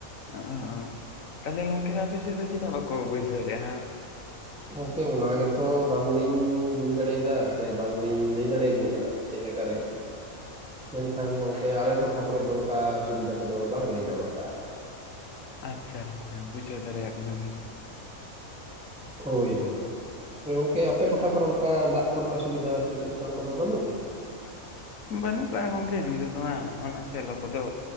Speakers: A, on the left; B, in the centre.
A: <unintelligible> ᱛᱟᱦᱚᱞᱮ ᱜᱚᱝᱠᱮ ᱟᱯᱮ ᱥᱮᱫ ᱫᱚ ᱪᱮᱫᱟᱜ ᱵᱟᱠᱚ ᱵᱟᱹᱭᱥᱟᱹᱣ ᱞᱮᱫ-ᱟ ᱦᱟ
B: ᱜᱚᱝᱠᱮ ᱚᱱᱟ ᱜᱮᱛᱚ ᱵᱟᱝᱞᱤᱧ ᱵᱩᱡ ᱫᱟᱲᱮᱭᱟᱫᱟ᱾ ᱥᱮ ᱵᱟᱝᱞᱤᱧ ᱞᱟᱹᱭ ᱫᱟᱲᱮᱭ ᱟᱵᱤᱱ ᱠᱟᱱᱟ᱾ ᱪᱮᱫ ᱞᱮᱠᱟ ᱨᱮ, ᱢᱮᱱᱠᱷᱟᱱ ᱜᱚᱝᱠᱮ ᱟᱞᱮ ᱴᱚᱴᱷᱟ ᱠᱚᱨᱮ ᱫᱚ ᱚᱱᱠᱟ ᱥᱩᱵᱤᱫᱟ ᱠᱚᱫᱚ ᱵᱟᱝᱞᱮ ᱧᱟᱢ ᱠᱟᱜ-ᱟ
A: ᱟᱪᱪᱷᱟ ᱟᱪᱪᱷᱟ ᱵᱩᱡᱷᱟᱹᱣ ᱫᱟᱲᱮᱭᱟᱜ ᱠᱟᱱᱟᱞᱤᱧ
B: ᱦᱳᱭ ᱦᱳᱭ ᱛᱟᱦᱚᱞᱮ ᱜᱚᱝᱠᱮ ᱟᱯᱮ ᱴᱚᱴᱷᱟ ᱠᱚᱨᱮ ᱚᱱᱠᱟ ᱫᱟᱜ ᱠᱚᱨᱮᱱᱟᱜ ᱥᱩᱵᱤᱫᱟ ᱥᱮ ᱪᱮᱫ ᱞᱮᱠᱟ ᱚᱝᱠᱟ ᱠᱚᱫᱚ ᱵᱟᱹᱱᱩᱜ ᱟᱹᱱᱤᱡ <unintelligible>
A: ᱵᱟᱹᱱᱩᱜ ᱠᱟᱜ-ᱟ ᱜᱚᱢᱠᱮ ᱱᱤᱛᱚᱜ ᱫᱚ ᱦᱟᱜ ᱚᱱᱟ ᱥᱮᱞᱚ ᱠᱚᱫᱚ